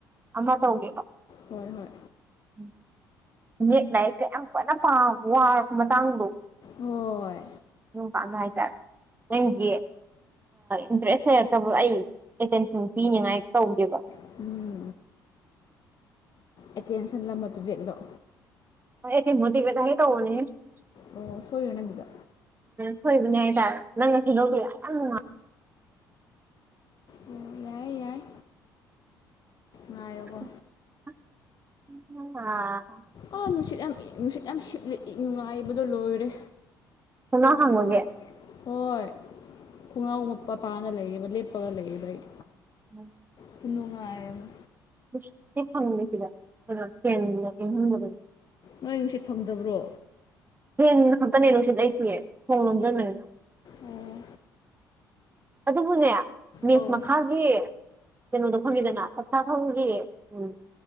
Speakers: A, on the right (about 20°); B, on the left (about 40°).
A: ꯑꯃꯥ ꯇꯧꯒꯦꯕ
B: ꯍꯣꯏ ꯍꯣꯏ
A: <inaudible> ꯌꯦꯛ ꯂꯥꯢꯔꯤꯛꯀ ꯌꯥꯝ ꯀꯅꯥ ꯄꯥꯝꯕꯗ ꯋꯥꯔꯕ ꯃꯇꯥꯡꯗꯣ
B: ꯍꯣꯏ
A: ꯌꯨꯝ <unintelligible> ꯍꯥꯏꯇꯥꯔꯦ ꯅꯪꯒꯤ ꯏꯟꯇꯔꯦꯁ ꯂꯩꯔꯛꯇꯕ ꯑꯩ ꯑꯟꯇꯦꯟꯁꯟ ꯄꯤꯅꯤꯉꯥꯏ ꯇꯧꯒꯦꯕ
B: <inaudible> ꯑꯦꯇꯦꯟꯁꯟꯂ <unintelligible>
A: <unintelligible>
B: ꯑꯣ ꯁꯣꯢꯔꯣ ꯅꯪꯒꯤꯗꯣ
A: ꯁꯣꯏꯕꯅꯦ ꯍꯥꯏꯇꯥꯔꯦ ꯅꯪꯅ ꯁꯦꯝꯗꯣꯛꯄꯤꯔ ꯌꯥꯝ ꯅꯨꯡꯉꯥꯏ
B: ꯑꯣ ꯌꯥꯏ ꯌꯥꯏ ꯉꯥꯏꯌꯣꯀꯣ
A: <unintelligible>
B: ꯑꯥ ꯅꯨꯡꯁꯤꯠ ꯌꯥꯝ ꯏ ꯅꯨꯡꯁꯤꯠ ꯌꯥꯝ ꯁꯤꯠꯂꯦ <unintelligible> ꯂꯣꯏꯔꯦ
A: <unintelligible>
B: ꯃꯄꯥꯟꯗ ꯍꯣꯏ <unintelligible> ꯂꯩꯌꯦꯕ ꯂꯦꯞꯄꯒ ꯂꯩꯌꯦꯕ ꯑꯩ
A: <inaudible>
B: ꯈꯨꯅꯨꯡꯉꯥꯏ ꯑꯃꯥ
A: <inaudible>
B: ꯅꯣꯏ ꯅꯨꯡꯁꯤꯠ ꯐꯪꯗꯥꯕ꯭ꯔꯣ
A: ꯐꯦꯟ ꯈꯛꯇꯅꯦ ꯅꯨꯡꯁꯤꯠ ꯂꯩꯇꯤꯌꯦ ꯊꯣꯡ ꯂꯣꯝꯁꯤꯟꯕꯅꯤꯅ
B: ꯑꯣ
A: ꯑꯗꯨꯕꯨꯅꯦ ꯃꯦꯁ
B: ꯑꯧ
A: ꯃꯈꯥꯒꯤ ꯀꯩꯅꯣꯗꯣ ꯈꯪꯉꯤꯗꯅ ꯆꯥꯛ ꯆꯥ ꯐꯝꯒꯤ ꯎꯝ